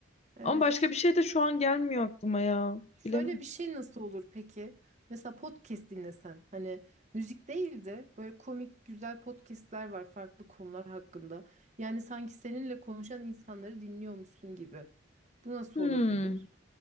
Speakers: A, on the right; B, on the left.
A: Evet.
B: Ama başka bir şey de şu an gelmiyor aklıma ya.
A: Şöyle
B: Bilemedim.
A: bir şey nasıl olur peki? Mesela podcast dinlesen. Hani müzik değil de böyle komik güzel podcastler var farklı konular hakkında. Yani sanki seninle konuşan insanları dinliyormuşsun gibi. Bu nasıl
B: Hmm.
A: olabilir?